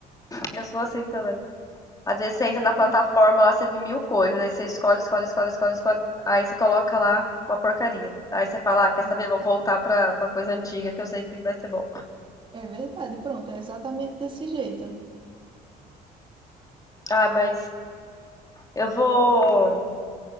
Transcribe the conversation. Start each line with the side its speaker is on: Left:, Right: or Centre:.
Left: Eu sou assim também. Às vezes você entra na
Right: Pronto.
Left: plataforma lá, você vê mil coisas. Aí você escolhe, escolhe, escolhe, escolhe, escolhe. Aí você coloca lá uma porcaria. Aí você fala, ah, quer
Right: é.
Left: saber? Vou voltar pra, pra coisa antiga que eu sei que vai ser bom.
Right: É verdade, pronto, é exatamente desse jeito.
Left: Ah, mas eu vou.